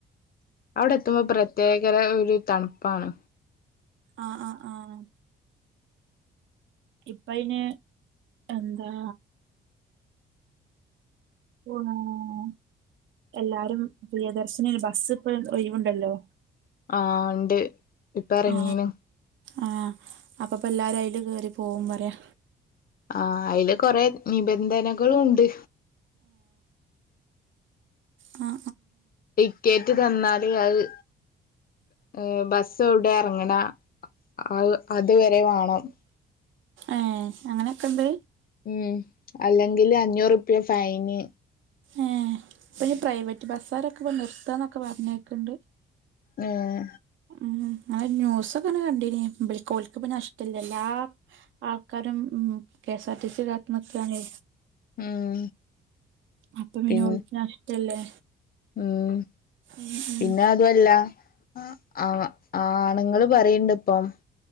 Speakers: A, on the left; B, on the right.
A: അവിടെ എത്തുമ്പോ പ്രത്യേകര ഒരു തണുപ്പാണ്
B: ആഹ് ആഹ് ആഹ് ഇപ്പ അയ്ന് എന്താ <unintelligible> എല്ലാരും പ്രിയദർശിനി ബസ്സ് ഇപ്പം ഒഴിവുണ്ടല്ലോ
A: ആഹ് ഉണ്ട് ഇപ്പറങ്ങീണ്
B: ആ ആ അപ്പ ഇപ്പോ എല്ലാവാരും അയ്ല് കേറി പോവും പറയാ
A: ആ അയ്ല് കൊറെ നിബന്ധനകളും ഉണ്ട്
B: ആ
A: ടികറ്റ് തന്നാൽ അഹ് ഏ ബസ്സ് എവ്ടെ എറങ്ങണെ അഹ് അതുവരെ വാണ്ണം..
B: ഏ അങ്ങനെയൊക്കെ ഇണ്ട്
A: ഉം അല്ലെങ്കില് അഞ്ഞൂറ് റുപ്യ ഫൈന്
B: ഏഹ് ഇപ്പൊ ഈ പ്രൈവറ്റ് ബസ്സാരൊക്കെ ഇപ്പെ നിർത്താന്നൊക്കെ പറഞ്ഞേക്ൻണ്ട്
A: ഉം
B: ഉം അങ്ങനെ ന്യൂസൊക്കെ കണ്ടിന് ബെൽക് ഓൽക്ക് ഇപ്പ നഷ്ടില്ലല്ലാ എല്ലാ ആൾക്കാരും ഉം K S R T C കാത്ത് നിക്കുകാണ്..
A: ഉം
B: അപ്പ പിന്നെ
A: പിൻ
B: ഓൽക്ക് നഷ്ടല്ലേ
A: ഉം
B: ഉം ഉം
A: പിന്നെ അതൊല്ലാ ആ ആ ആണുങ്ങൾ പറയണ്ട് ഇപ്പം